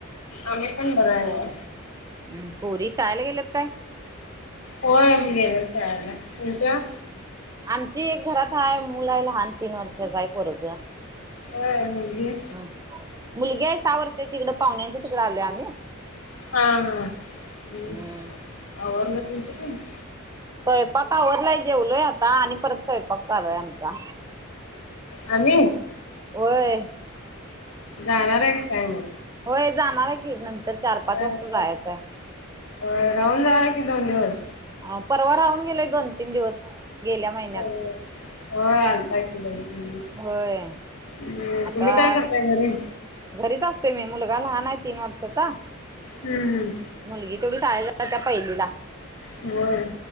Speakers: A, on the left; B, on the right.
A: आम्ही पण बरंय बघा.
B: हम् पोरी शाळेला गेलेत काय.
A: होय गेल्यात शाळेला तुमचं.
B: आमची एक घरात आहे मुलं आहे लहान तीन वर्षाचा आहे बरोग.
A: होय मुलगी.
B: ह मुलगी आहे सहा वर्षाची तिकड पाहुण्यांच्या तिकडें आलो आम्ही.
A: हा हा
B: हम्म
A: ह् आला तुमच.
B: स्वयंपाक आवरलाय जेवलोय आता आणि परत स्वयंपाक चालूय आमचा.
A: आणि.
B: होय.
A: जाणार आहे काय मग,
B: होय जाणार आहे की नंतर चार पाच
A: होय
B: वाजता जायचंय.
A: होय राहून जावा की दोन दिवस.
B: ह परवा राहून गेलेय दोन तीन दिवस. गेल्या महिन्यात
A: हो हो आलता की बघितलं.
B: होय
A: हम्
B: आता
A: तुम्ही काय करताय घरी.
B: घरीच असते मी मुलगा लहान आहे तीन वर्षाचा.
A: हम्म.
B: मुलगी तेवढी शाळेला जातेय पहिलीला.
A: होय